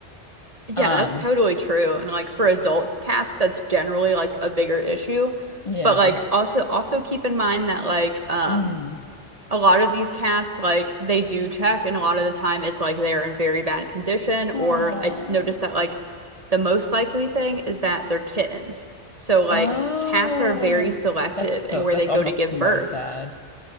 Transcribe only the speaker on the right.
Yeah,
that's totally true. And like for adult cats, that's generally like a bigger issue.
But like also also keep in mind that like um
a lot of these cats like they do check and a lot of the time it's like they're in very bad condition or
i noticed that like the most likely thing is that they're kittens. So like
cats are very selective
in where
they go
to give
birth.